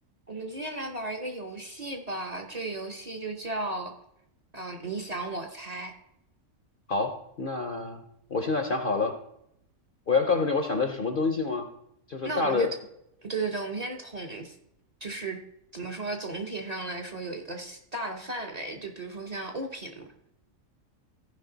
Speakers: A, on the right; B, on the left.
A: 我们今天来玩儿一个游戏吧，这个游戏就叫，嗯、你想我猜。
B: 好，那我现在想好了，我要告诉你我想的是什么东西吗？就是大的，
A: 那我们就统，对对对，我们先统，就是怎么说，总体上来说有一个大的范围，就比如说像物品嘛，